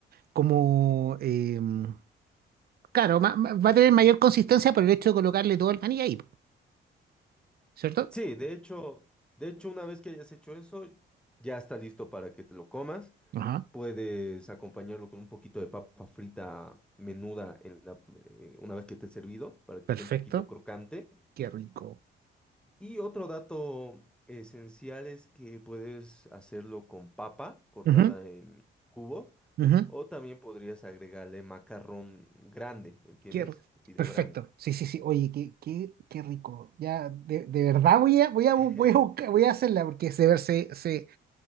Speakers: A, on the right (about 50°); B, in the centre.
A: como em, Claro, ma- ma- va a tener mayor consistencia por el hecho de colocarle todo el maní ahí, po, ¿cierto?
B: Sí, de hecho, de hecho, una vez que hayas hecho eso, ya está listo para que te lo comas.
A: Ajá,
B: Puedes acompañarlo con un poquito de papa frita menuda en la, eh, una vez que esté servido, para que
A: perfecto.
B: esté un poquito crocante.
A: Qué rico.
B: Y otro dato esencial es que puedes hacerlo con papa cortada
A: Ujú,
B: en cubo
A: ujú,
B: o también podrías agregarle macarrón grande, ¿entiendes?
A: qué ri-
B: Fideo
A: Perfecto.
B: grande.
A: Sí, sí, sí. Oye, qué, qué, qué rico. Ya, de, de verdad voy a, voy a,
B: <laughs>
A: bu- voy a buscar- voy a hacerla porque se, ver- se, se,